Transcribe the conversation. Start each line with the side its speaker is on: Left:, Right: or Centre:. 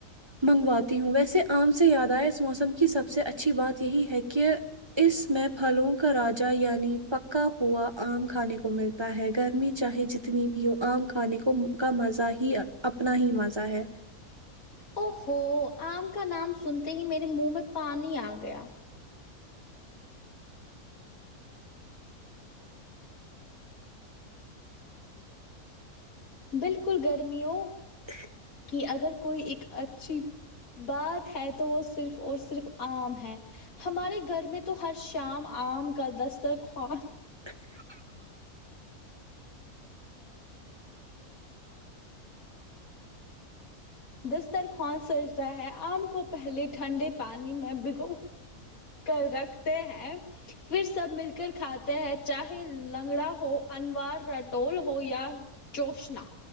Right: منگواتی ہوں ویسے آم سے یاد آیا اس موسم کی سب سے اچھی بات یہی ہے کہ اس میں پھلوں کا راجا یعنی پکا ہوا آم کھانے کو ملتا ہوتا ہے گرمی چاہے جتنی بھی ہو آم کھانے کو منہ کا مزہ ہی اپنا ہی مزہ ہے
Left: او ہو آم کا نام سنتے ہی میرے منہ میں پانی آ گیا بالکل گرمیوں
Right: <inaudible>
Left: کہ اگر کوئی ایک اچھی بات ہے تو وہ صرف اور صرف آم ہے ہمارے گھر میں تو ہر شام آم کا دسترخوان
Right: <inaudible>
Left: دستر خوان سجتا ہے آم کو پہلے ٹھنڈے پانی میں بھگو کر رکھتے ہیں پھر سب مل کر کھاتے ہیں چاہے لنگڑا ہو انوار رٹول ہو یا چوشنا